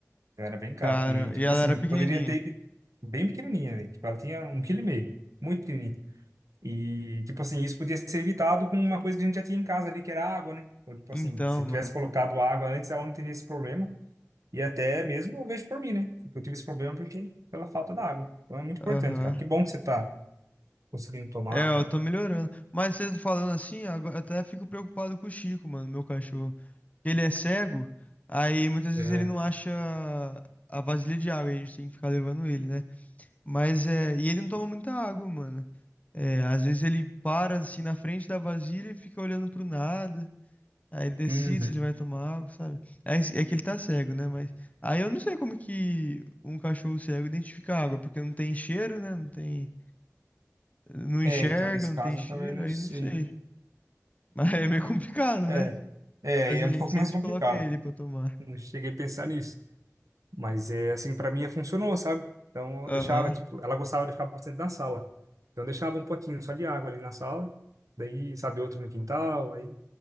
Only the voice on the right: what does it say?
Então era bem caro.
E, tipo
assim,
poderia ter evi- bem pequenininha, velho. Tipo, ela tinha um quilo e meio, muito pequenininha. E, tipo assim, isso podia ser evitado com uma coisa que a gente já tinha em casa ali, que era água, né? Então, tipo
assim, se tivesse
colocado água antes, ela não teria esse problema. E até mesmo eu vejo por mim, né? Tipo, Eu tive esse problema porque pela falta da água. Então é muito importante,
cara. Que bom que você tá conseguindo tomar,
tá?
É.
Uhum.
É, então nesse
caso
eu também não
sei.
É,
é,
e é
um
<laughs> pouco
mais complicado.
Não cheguei a pensar nisso. Mas é assim, pra mim funcionou, sabe? Então eu
deixava, tipo, ela gostava de ficar bastante na sala. Então eu deixava um potinho só de água ali na sala. Daí, sabe, outro no quintal. Aí,